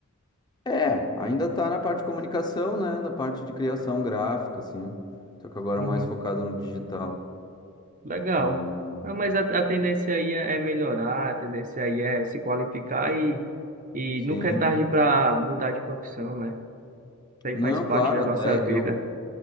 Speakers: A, on the left; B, on the right.
A: É, ainda tá na parte de comunicação, né? Da parte de criação gráfica, assim. Só que agora
B: uhum.
A: é mais focado no digital.
B: Legal.
A: Então,
B: Ah, Mas a, a tendência aí é é melhorar, a tendência aí é se qualificar e, e
A: sim.
B: nunca é tarde para mudar de profissão, né? Isso aí
A: Não,
B: faz parte
A: claro,
B: da
A: até
B: nossa vida.
A: eu,